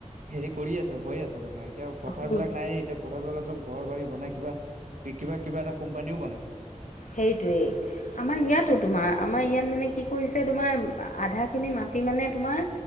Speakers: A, on the right (about 80°); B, on the left (about 80°).
A: হেৰি কৰি আছে হৈ আছে মানে এতিয়া
B: থক
A: পথাৰ বিলাক নায়েই এতিয়া। পথাবিলাকত চব ঘৰ বাৰী বনাই কিবা-কিবা-কিবা এটা কোম্পানীও বনাই থৈছে।
B: সেইটোৱেই। আমাৰ ইয়াতো তোমাৰ আমাৰ ইয়াত মানে কি কৰিছে, তোমাৰ আধাখিনি মাটি মানে তোমাৰ